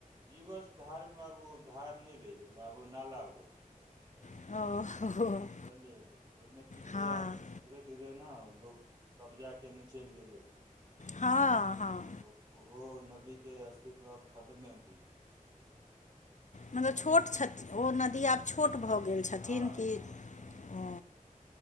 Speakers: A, on the right; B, on the left.
A: जीवछ धार मे आब ओ धार नय रेह गेल आब ओ नाला भ गेलै
B: ओ <unintelligible>
A: बुझलियै तऽ ओहिमे की छैय
B: हँ
A: अब धीरे धीरे न लोक कब्जा केने चैल गेलै
B: हँ हँ
A: तऽ ओहो नदीके अस्तित्व आब खतमे बुझू
B: मतलब
A: आब
B: छोट छथी ओ नदी आब छोट भऽ गेल छथिन
A: हँ
B: कि
A: हँ हँ
B: ओ